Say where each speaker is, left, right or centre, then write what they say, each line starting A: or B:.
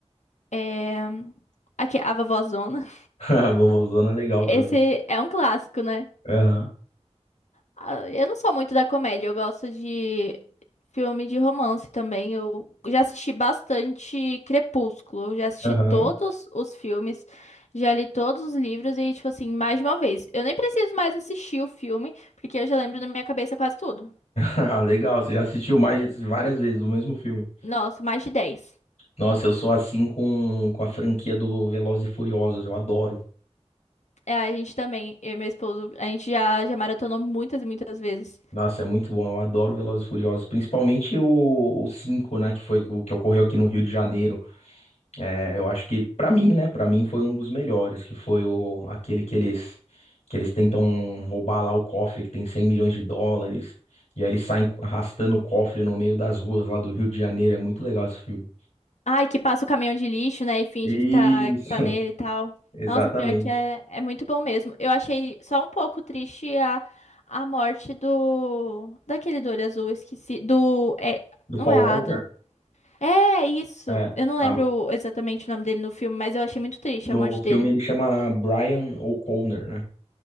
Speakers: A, on the left; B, on the left.
A: É... Aqui, a Vovózona.
B: <laughs> Vovozona é legal
A: Esse
B: também.
A: é um clássico, né?
B: Aham,
A: Ah, Eu não sou muito da comédia, eu gosto de filme de romance também. Eu já assisti bastante Crepúsculo, eu já assisti
B: aham.
A: todos
B: <laughs>
A: os filmes, já li todos os livros e, tipo assim, mais de uma vez. Eu nem preciso mais assistir o filme, porque eu já lembro na minha cabeça quase tudo.
B: Ah, legal, você já assistiu mais várias vezes o mesmo filme.
A: Nossa, mais de 10.
B: Nossa, eu sou assim com, com a franquia do Velozes e Furiosos, eu adoro.
A: É, a gente também, eu e meu esposo, a gente já, já maratonou muitas e muitas vezes.
B: Nossa, é muito bom. Eu adoro Velozes e Furiosos, principalmente o, o 5, né, que foi o que ocorreu aqui no Rio de Janeiro. É, eu acho que pra mim, né, para mim foi um dos melhores, que foi o aquele que eles que eles tentam roubar lá o cofre que tem 100 milhões de dólares e aí eles saem arrastando o cofre no meio das ruas lá do Rio de Janeiro. É muito legal esse filme.
A: Ai, que passa o caminhão de lixo, né? E finge
B: Isso,
A: que tá, que tá nele e tal.
B: <laughs>
A: Nossa, pior
B: exatamente.
A: que é, é muito bom mesmo. Eu achei só um pouco triste a, a morte do. Daquele do olho azul, esqueci. Do. É,
B: Do
A: não
B: Paul
A: é Adam.
B: Walker?
A: É isso.
B: É,
A: Eu não lembro
B: a-
A: exatamente o nome dele no filme, mas eu achei muito triste
B: no
A: a morte
B: filme
A: dele.
B: ele chama Brian O'Connor, né?